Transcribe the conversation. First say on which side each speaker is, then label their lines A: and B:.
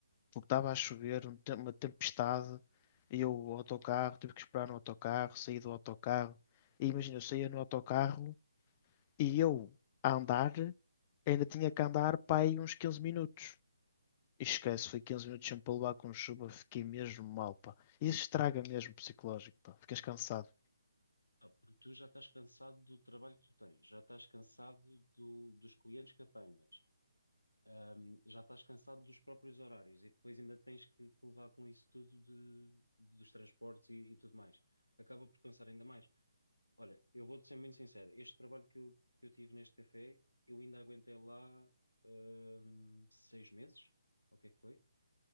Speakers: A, on the left (about 20°); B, on the left (about 85°).
A: Porque estava a chover, um tem- uma tempestade, e eu, o autocarro, tive que esperar no autocarro, saí do autocarro. E imagina, eu saía no autocarro. E eu, a andar, ainda tinha que andar para aí uns 15 minutos. E esquece, foi 15 minutos sempre a levar com chuva, fiquei mesmo mal, pá. Isso estraga mesmo o psicológico, pá. Ficas cansado.
B: Ah, porque tu já estás cansado do trabalho que tu tens, já estás cansado do- dos clientes que apanhas, ahm, já estás cansado dos próprios horários e depois ainda tens que que levar com isso tudo de- dos transportes e, e tudo mais. Acaba por cansar ainda mais. Olha, eu vou-te ser muito sincero. Este trabalho que eu, que eu tive neste café, eu ainda aguentei lá, hum, seis meses. O que é que foi?